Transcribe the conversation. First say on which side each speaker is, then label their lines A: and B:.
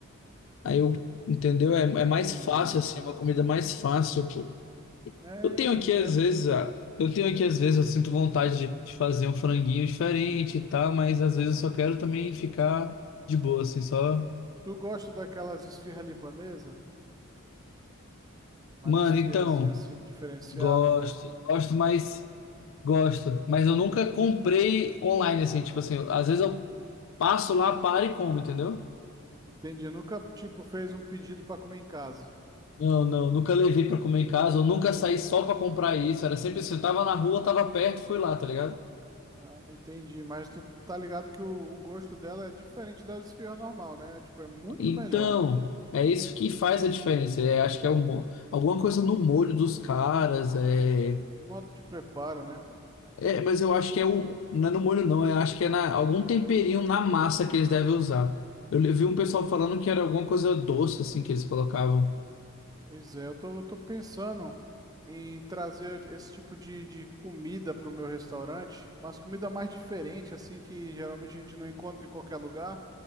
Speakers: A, on the left (about 60°); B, on the right (about 15°).
A: Aí eu,
B: Te-
A: entendeu? É, é
B: Entendi.
A: mais fácil, assim, uma comida mais fácil. pô.
B: É,
A: Eu tenho
B: eu entendo.
A: aqui, às vezes, ah, eu tenho aqui, às vezes, eu sinto vontade de, de fazer um franguinho diferente e tal, mas às vezes eu só quero também ficar de boa, assim, só.
B: Tu gosta daquelas esfirras libanesas? Mas
A: Mano,
B: esfirrazinha
A: então,
B: assim, diferenciada.
A: gosto, gosto, mas. Gosto, mas eu nunca comprei online, assim, tipo assim, às vezes eu passo lá, paro e como, entendeu?
B: Entendi. Nunca, tipo, fez um pedido pra comer em casa.
A: Não, não, nunca levei pra comer em casa, eu nunca saí só pra comprar isso, era sempre assim, eu tava na rua, tava perto, fui lá, tá ligado?
B: Ah, entendi. Mas tu tá ligado que o, o gosto dela é diferente das esfirras normal, né? Tipo, é muito
A: Então,
B: melhor.
A: é isso que faz a diferença, é, acho que é um, mo- alguma coisa no molho dos caras, é,
B: Modo de preparo, né?
A: é, mas eu acho que é o, não é no molho não, eu acho que é na, algum temperinho na massa que eles devem usar. Eu vi um pessoal falando que era alguma coisa doce, assim, que eles colocavam.
B: Pois é, eu tô, eu tô pensando em trazer esse tipo de, de comida pro meu restaurante. Mas comida mais diferente, assim, que geralmente a gente não encontra em qualquer lugar.